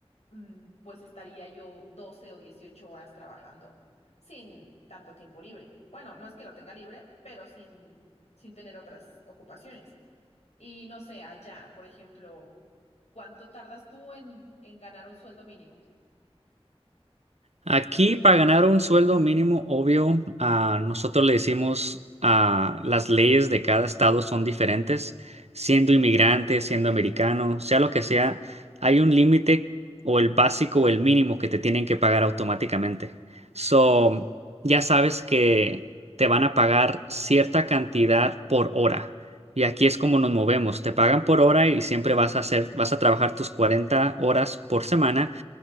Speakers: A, on the left; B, on the right.
A: mm, pues estaría yo 12 o 18 horas trabajando sin tanto tiempo libre. Bueno, no es que lo tenga libre, pero sin, sin tener otras ocupaciones. Y no sé, allá, por ejemplo, ¿cuánto tardas tú en, en ganar un sueldo mínimo?
B: Aquí para ganar un sueldo mínimo, obvio, ah, nosotros le decimos a las leyes de cada estado son diferentes. Siendo inmigrante, siendo americano, sea lo que sea, hay un límite o el básico o el mínimo que te tienen que pagar automáticamente. So, ya sabes que te van a pagar cierta cantidad por hora. Y aquí es como nos movemos. Te pagan por hora y siempre vas a hacer, vas a trabajar tus 40 horas por semana